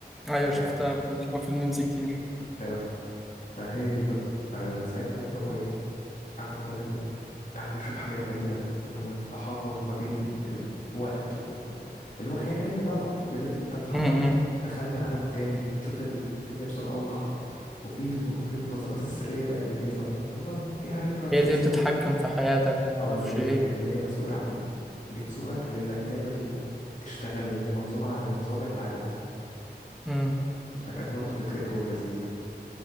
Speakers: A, in the centre; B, on the left.
A: ايوه
B: ف...
A: شفتها بشوفها في الميمز كتير
B: آه، فهي دي بقى فمن ساعتها اللي هو ايه قعد بقى ال- قعد يشوف حاجات غريبه اللي هو التحرر ما بين الوقت وال- اللي هو خيال علمي طبعا بيقول لك ان انت اتحررت
A: امم
B: دخلت عالم تاني بتشوف الدنيا بصوره اوضح وفي وفي منظمات السريه بقى اللي هي طبعا طب ما فيها ريفرنس
A: هي
B: بسيط
A: دي بتتحكم في حياتك وما
B: اه
A: اعرفش
B: اللي هي
A: ايه
B: اللي هي مسؤولة عن بتسوقك لأنك تعمل تشتغل اللي هي منظومة على نظام العالم ده
A: امم
B: فكانت برضه فكرته لذيذة